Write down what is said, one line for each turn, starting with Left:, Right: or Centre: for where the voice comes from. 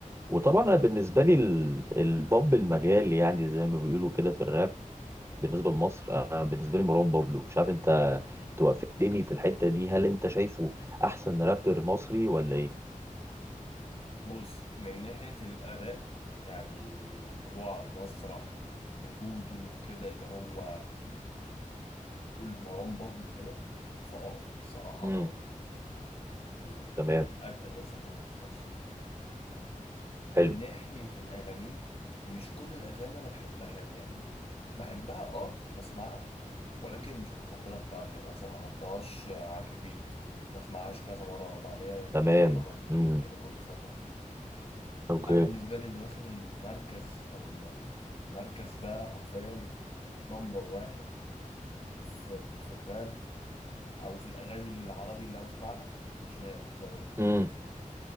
Right: وطبعا انا بالنسبه لي ال- البوب المجال يعني زي ما بيقولوا كده في الراب بالنسبه لمصر آه، بالنسبه لي مروان بابلو مش عارف انت توافقني في الحته دي هل انت شايفه احسن رابر مصري ولا ايه
Left: بص من ناحية الأداء يعني طلوعه على المسرح وجوده وكده اللي هو تقول مروان بابلو كده فأه الصراحة
Right: امم
Left: أه من
Right: تمام
Left: يعني اتقل الناس اللي موجوده في مصر من
Right: حلو
Left: ناحيه الاغاني مش كل الاغاني انا بحبها يعني بحبها اه بسمعها ولكن مش المفضله بتاعتي يعني مثلا ما احطهاش على الريبيت ما اسمعهاش كذا مره على بعضيها يا دوبك
Right: تمام
Left: مره مرتين
Right: امم
Left: كده كل فتره
Right: اوكي
Left: انا بالنسبه لي اللي واخد المركز او الم- المركز ده حرفيا نمبر واحد في ال- في الراب او في الاغاني العربي اللي انا بسمعها شهاب زي ما قلت
Right: امم
Left: لك